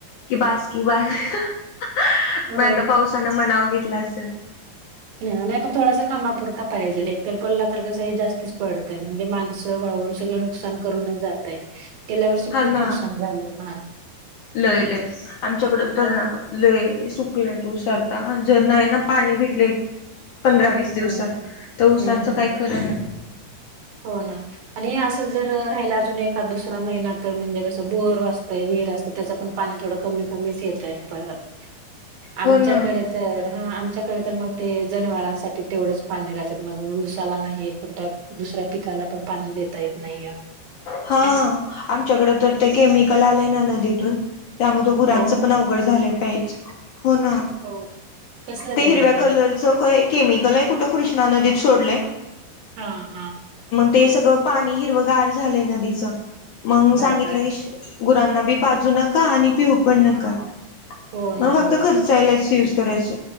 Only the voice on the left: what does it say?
कि बास कि बा <unintelligible> मणं
आता पावसानं मणाव घेतलं असल.
हा
ना
लय लय, आमच्याकडं तर
ल लय. सुकलंत ऊस आता, अनी जर नाहीय ना पाणी भेटले पंधरा वीस दिवसात,
तर ऊसांचं
काय खरं नाही.
हो ना
हां, आमच्याकड तर ते केमिकल आलेय ना नदीतून त्यामुळ ते गुरांचं
पण अवघड झालं प्यायच. हो ना,
ते
हिरव्या कलरचं काय केमिकल हाय कुठं कृष्णा नदीत सोडलय.
ते सगळं पाणी हिरवंगार झालंय नदीचं म्हणून
सांगितलंय. गुरांना बी पाजू नका आणि पिऊ पण
नका.
मग
फक्त
खर्चायलाच
यूज. करायच,